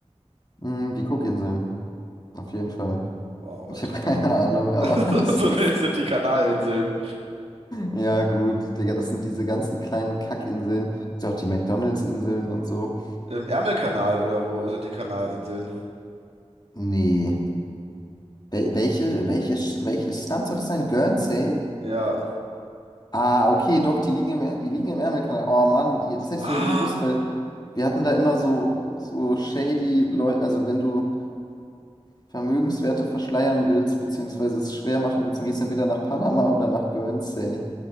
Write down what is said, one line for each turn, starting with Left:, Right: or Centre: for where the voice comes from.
Left: Mm, die Cookinseln, auf jeden Fall.
Right: Wow,
Left: Ich
Right: Alter.
Left: habe keine <laughs> Ahnung, aber
Right: <laughs>
Left: es
Right: So,
Left: ist.
Right: ne, es sind die Kanalinseln.
Left: Ja, gut, Digga, das sind diese ganzen kleinen Kackinseln. Ist ja auch die McDonald's-Inseln und so.
Right: Im Ärmelkanal oder wo sind die Kanalinseln?
Left: Nee. Wel welche, welche, welches Land soll das sein? Guernsey?
Right: Ja.
Left: Ah, okay, doch, die liegen im, Er- die liegen im Ärmelkanal. Oh Mann, die, das hätte
Right: Ah,
Left: ich sogar gewusst, weil wir hatten da immer so, so shady Leute. Also, wenn du Vermögenswerte verschleiern willst, beziehungsweise es schwer machen willst, dann gehst du entweder nach Panama oder nach Guernsey.